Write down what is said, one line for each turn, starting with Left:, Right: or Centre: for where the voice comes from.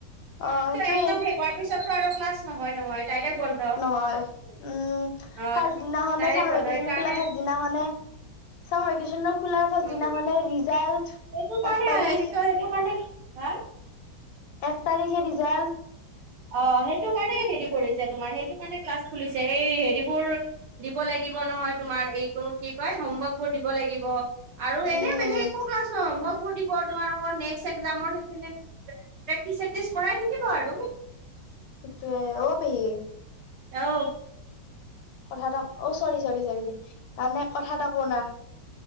Right: কাৰণ
Left: অ সেইটোৱে
Right: ত একজাম শেষৰ হোৱা পিছত। চেৰ ক্লাছ। নহয়, নহয়। ডাইৰেক্ট বন্ধ
Left: নহয় উম
Right: অ',
Left: ফাৰ দিনাখনে
Right: ডাইৰেক্ট
Left: চাাম
Right: বন্ধ সেইকাৰণে
Left: খোলা ফাৰ দিনাখনে। চ ৰাখিছন। খুলাৰ ফাৰ্ষট
Right: উম
Left: দিনাখনে ৰিজাল্ট
Right: সেইটো কাৰণে
Left: এক তাৰিখ।
Right: সেইটো সেইটো কাৰণে হা
Left: এক তাৰিখে ৰিজাল্ট।
Right: অ সেইটো কাৰণে হেৰি। কৰিছে তোমাৰ সেইটো কাৰণ ক্লাছ। খুলিছে এই হেৰিবোৰ দিব লাগিব নহয়। তোমাৰ এইটো কি কয় হোমৱৰ্ক বোৰ দিব লাগিব। আৰু
Left: উম
Right: এনে বেলেগ একো ক্লাছ নহয় মই। দিব তোমাৰ নেক্স এক্জামৰ সেই প্ৰেক্টিচ চকটিচ কৰাই থাকিব আৰু।
Left: তে অ পেহী।
Right: এও।
Left: কথা এটা। অ চৰি চৰি চৰি মানে কথা এটা কোনা।